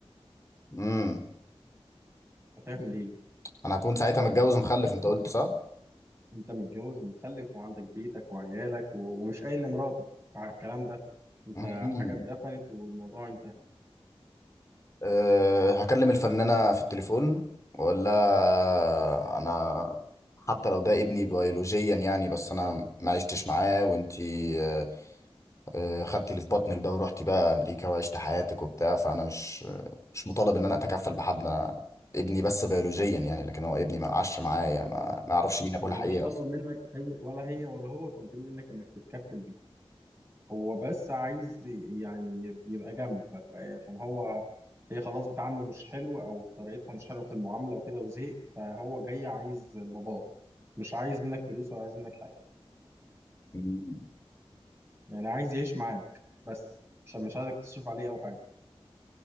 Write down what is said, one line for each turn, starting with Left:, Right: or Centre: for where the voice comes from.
Left: امم
Right: هتعمل ايه
Left: انا هكون ساعتها متجوز
Right: <laughs>
Left: ومخلف انت قلت صح
Right: انت متجوز ومخلف وعندك بيتك وعيالك و... ومش قايل لمراتك على الكلام ده انت
Left: مم.
Right: حاجه اتدفنت والموضوع انتهى
Left: أه هكلم الفنانة في التليفون واقول لها انا حتى لو ده ابني بيولوجيا يعني بس انا ما عشتش معاه وانتي أه آه، خدتي اللي في بطنك ده ورحتي بقى امريكا وعشت حياتك وبتاع فانا مش مش مطالب ان انا اتكفل بحد أنا ابني بس بيولوجيا يعني لكن هو ابني ما عاش معايا ما ما يعرفش مين ابوه
Right: هي
Left: الحقيقي
Right: مش طالبة منك أي ولا هي ولا هو طالبين منك إنك تتكفل بيه هو بس عايز يعني يب- يبقى جنبك بقى عشان هو هي خلاص بتعامله مش حلو أو طريقتها مش حلوة في المعاملة وكده وزهق فهو جاي عايز باباه مش عايز منك فلوس ولا عايز منك حاجة
Left: اصلا
Right: يعني عايز يعيش معاك بس عشان مش عايزك تصرف عليه أو حاجة